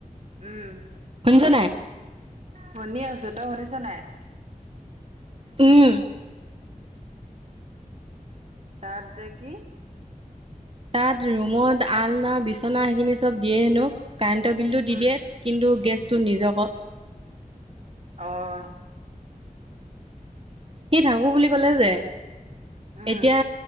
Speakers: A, on the right; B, on the right.
A: উম
B: খুনছনাই
A: শুনি আছো তই শুনিছ নাই
B: উম
A: তাত যে কি
B: তাত ৰুমত আলনা বিচনা সেইখিনি চব দিয়ে ন কাৰেণ্টৰ বিলটো
A: উম
B: দি দিয়ে কিন্তু গেছটো নিজব
A: আহ
B: সি থাকো বুলি ক'লে যে
A: উম
B: এতিয়া